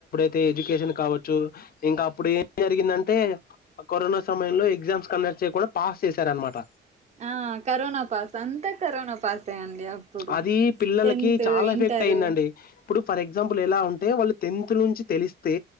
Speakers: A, on the left (about 50°); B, on the right (about 35°).
A: తే ఎడ్యుకేషన్ కావచ్చు ఇంకా అప్పుడు ఏం జరిగిందంటే కరోనా సమయంలో ఎగ్జామ్స్ కండక్ట్ చేయకుండా పాస్ చేశారనమాట
B: ఆ కరోనా పాస్ అంతా కరోనా పాస్ యే అండి అప్పుడు
A: అది పిల్లలకి
B: టెన్త్
A: చాలా
B: ఇంటరు
A: ఎఫెక్ట్ అయిందండి ఇప్పుడు ఫర్ ఎగ్జాంపుల్ ఎలా ఉంటే వాళ్ళు టెన్త్ నుంచి తెలిస్తే